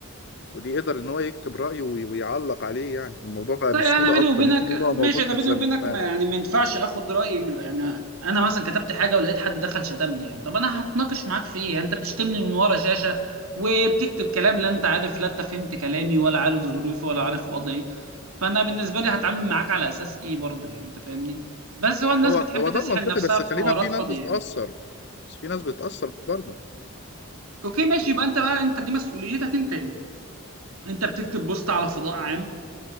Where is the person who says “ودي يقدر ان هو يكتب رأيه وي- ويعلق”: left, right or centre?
Left